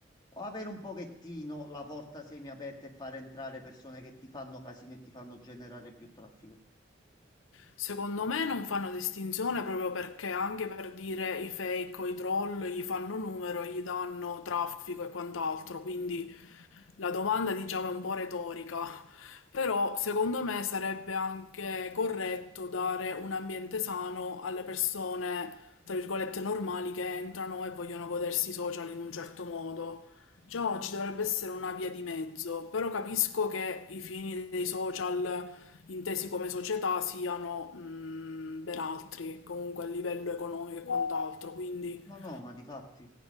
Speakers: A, on the left; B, on the left.
A: o avere un pochettino la porta semiaperta e far entrare persone che ti fanno casino e ti fanno generare più traffico?
B: Secondo me non fanno distinzione proprio perché anche per dire i fake o i troll gli fanno numero, gli danno traffico e quant'altro, quindi La domanda diciamo è un po' retorica, però secondo me sarebbe anche corretto dare un ambiente sano alle persone, tra virgolette, normali che entrano e vogliono godersi i social in un certo modo. Già ci dovrebbe essere una via di mezzo, però capisco che i fini dei social intesi come società siano mm, ben altri, comunque a livello economico e quant'altro, quindi...
A: No, no, ma di fatti